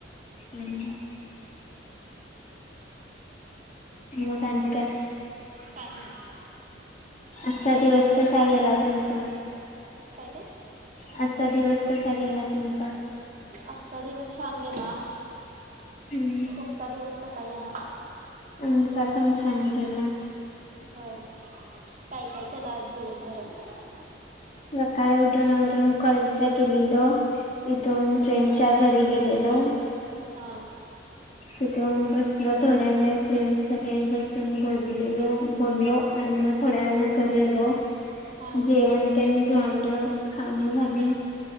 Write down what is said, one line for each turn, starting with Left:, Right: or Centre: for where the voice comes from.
Left: हम्म मग आनि काय.
Right: काय नाही.
Left: आजचा
Right: तुमच्या
Left: दिवस
Right: घरी
Left: कसा
Right: कोण
Left: गेला
Right: कोण असतं?
Left: तुमचा?
Right: काय ते.
Left: आजचा दिवस कसा गेला तुमचा?
Right: आजचा दिवस छान गेला.
Left: हम्म.
Right: तुमचा दिवस कसा गेला?
Left: अमचा छान गेला.
Right: होय. काय, काय केलं, आज दिवसभरात.
Left: सकाळी उठून, आवरून कॉलेजला गेलेलो. तिथून
Right: हम्म.
Left: फ्रेंडच्या घरी गेलेलो.
Right: हा.
Left: तिथून बसलो थोड्या वेळ फ्रेंड्स सगळे बसून बोललेलो बोललो. आणि मग थोड्या वेळानं घरी आलो
Right: हा.
Left: जेवण ते झालं. काम झाली
Right: हम्म.